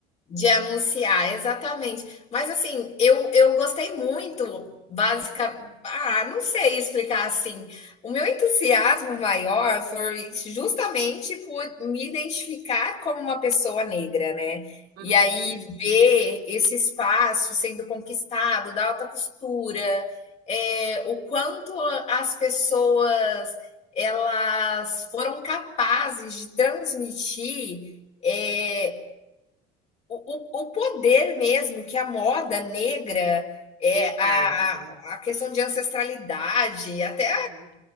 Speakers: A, on the left; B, on the right.
A: De anunciar, exatamente. Mas assim, eu, eu gostei muito, básica. Ah, não sei explicar assim. O meu entusiasmo maior foi justamente por me identificar como uma pessoa negra, né?
B: Uhum,
A: E aí ver esse espaço sendo conquistado da alta costura, é, o quanto as pessoas elas foram capazes de transmitir. é, o, o, poder mesmo que a moda negra, é,
B: Exato.
A: a, a questão de ancestralidade, até
B: Uhum,